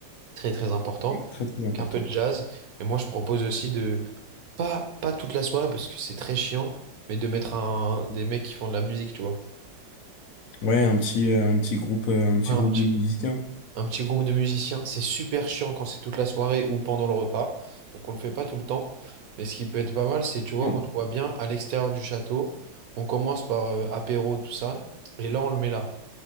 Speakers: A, on the right; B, on the left.
A: très très important,
B: très très important.
A: avec un peu de jazz. Et moi, je propose aussi de, pas, pas toute la soirée parce que c'est très chiant, mais de mettre un, des mecs qui font de la musique, tu vois.
B: Ouais, un petit, euh, un petit groupe, euh, un petit
A: Ouais, un
B: groupe
A: petit,
B: de musiciens.
A: un petit groupe de musiciens, c'est super chiant quand c'est toute la soirée ou pendant le repas, donc on le fait pas tout le temps. Mais ce qui peut être pas mal, c'est, tu vois,
B: Non.
A: moi je vois bien à l'extérieur du château, on commence par euh, apéro, tout ça, et là on le met là,